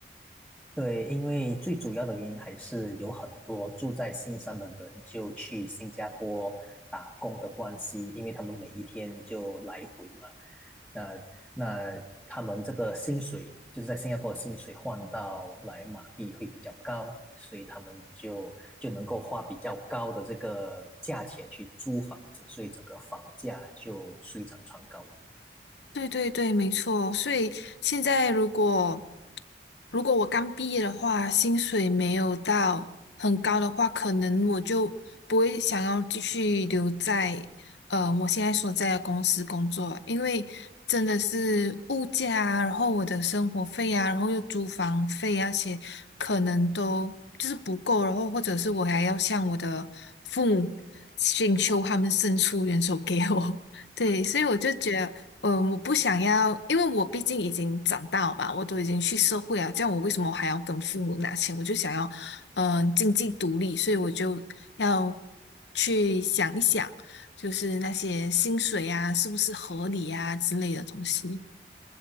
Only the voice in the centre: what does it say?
对，因为最主要的原因还是有很多住在新山的人就去新加坡打工的关系，因为他们每一天就来回嘛，那那他们这个薪水就是在新加坡的薪水换到来马币会比较高，所以他们就就能够花比较高的这个价钱去租房子，所以整个房价就水涨船高。